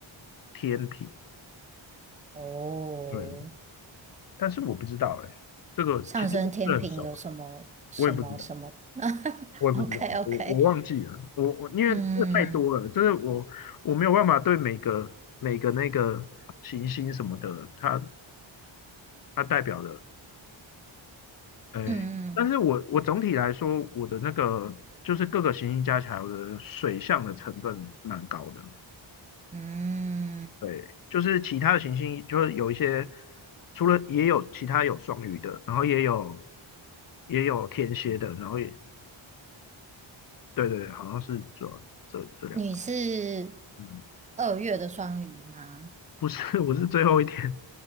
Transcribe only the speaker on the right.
哦，
上升天平有什么什么什么
<laughs>？OK
OK，
嗯
嗯
嗯嗯，
你是
二月的双鱼吗？